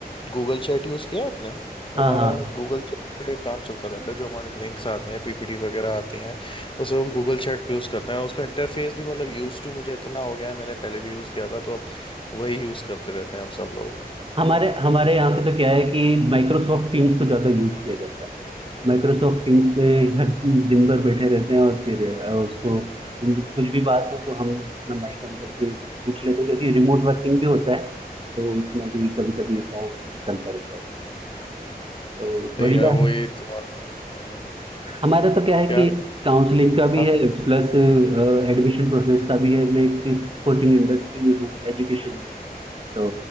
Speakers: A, on the left; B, on the right.
A: गूगल चैट यूज़ किया है आपने
B: हाँ
A: हमारा
B: हाँ
A: गूगल चैट पे काम चलता रहता है जो हमारे लिंक्स आते हैं पीपीटीज वगैरह आती हैं वो सब हम गूगल चैट पे यूज़ करते हैं उसका इंटरफेस भी मतलब यूज़ टू मुझे इतना हो गया है मैंने पहले भी यूज़ किया था तो अब वही यूज़ करते रहते हैं हम सब लोग
B: हमारे हमारे यहाँ पे तो क्या है कि माइक्रोसॉफ्ट टीम्स को ज़्यादा यूज़ किया जाता है माइक्रोसॉफ्ट टीम्स में हर दिन भर बैठे रहते हैं और फिर अ, उसको कुछ भी बात हो तो हम अपना माइक ऑन करके पूछ लेते हैं क्योंकि रिमोट वर्किंग भी होता है तो उसमें भी कभी कभी ऐसा चलता रहता है तो
A: तो
B: बढ़िया
A: यार वही
B: है।
A: तुम्हारा हम्म,
B: हमारा तो क्या है
A: क्या
B: कि काउंसलिंग का भी
A: हाँ हाँ,
B: है प्लस एडमिशन प्रोसेस का भी है मैं एक कोचिंग इंडस्ट्री में हूँ एजुकेशन में तो